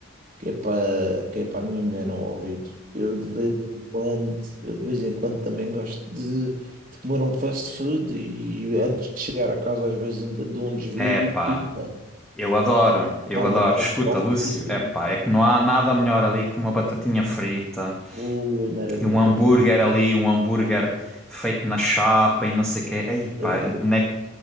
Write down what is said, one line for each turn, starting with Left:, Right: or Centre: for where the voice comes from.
Right: que é para que é para a minha mulher não ouvir. Eu de vez em quando, eu de vez em quando também gosto de, de comer um fast food e antes de chegar a casa às vezes ainda dou um desvio
Centre: É,
Right: e
Centre: pá.
Right: pimba,
Centre: Eu adoro, eu
Right: paro
Centre: adoro.
Right: numa
Centre: Escuta,
Right: cola
Centre: Lúcio,
Right: e pimba.
Centre: epá, é que não há nada melhor ali que uma batatinha frita
Right: Ui, maravilha,
Centre: e um hambúrguer
Right: pá.
Centre: ali, um hambúrguer
Right: Ui,
Centre: feito na chapa e não sei o quê. Ei, pá,
Right: maravilha.
Centre: né-